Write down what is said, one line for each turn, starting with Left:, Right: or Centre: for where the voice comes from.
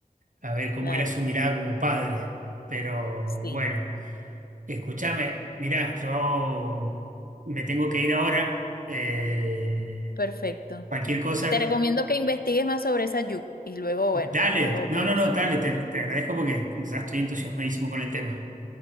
Right: a ver cómo
Left: claro,
Right: era su mirada como padre. Pero
Left: sí,
Right: bueno, escúchame, mirá, yo me tengo que ir ahora. eh,
Left: perfecto.
Right: cualquier cosa,
Left: Te recomiendo que investigues más sobre esa Yu y luego, bueno,
Right: dale.
Left: luego
Right: No,
Left: conversamos.
Right: no, no, dale, te, te agradezco porque ya estoy entusiasmadísimo con el tema.